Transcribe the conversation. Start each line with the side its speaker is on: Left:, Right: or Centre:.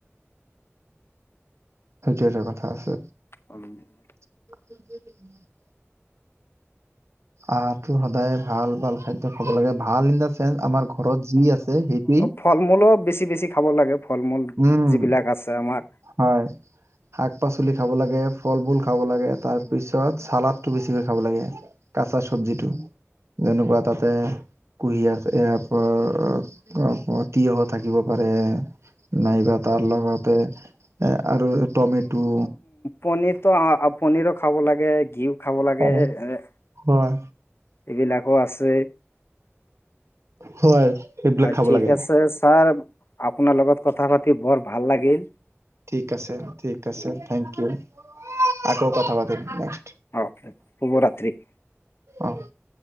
Right: সেইটো এটা কথা আছে।
Left: <inaudible>
Right: <inaudible> আহাৰটো সদায় ভাল-ভাল খাদ্য খাব লাগে, ভাল <unintelligible> <unintelligible> আমাৰ ঘৰত যি আছে সেইটোৱেই
Left: ফল-মূলো বেছি-বেছি খাব লাগে, ফল-মূল
Right: উম,
Left: যিবিলাক আছে আমাৰ।
Right: হয়। শাক-পাচলি খাব লাগে, ফল-মূল খাব লাগে, তাৰপিছত চালাডটো বেছিকৈ খাব লাগে। কাঁচা চব্জিটো, যেনেকুৱা তাতে কুঁহিয়াৰ, ইয়াৰ পৰা তিয়ঁহ থাকিব পাৰে নাইবা তাৰ লগতে এ, আৰু টমেটো
Left: পনিৰতো, পনিৰো খাব লাগে, ঘিউ খাব লাগে,
Right: পাৰে
Left: এ
Right: হয়।
Left: এইবিলাকো আছে।
Right: হয় সেইবিলাক
Left: অ,
Right: খাব
Left: ঠিক
Right: লাগে
Left: আছে ছাৰ। আপোনাৰ লগত কথা পাতি বৰ ভাল লাগিল।
Right: ঠিক আছে, ঠিক আছে, থেংক ইউ। আকৌ কথা পাতিম নেক্সট।
Left: অ, শুভৰাত্ৰি।
Right: অ।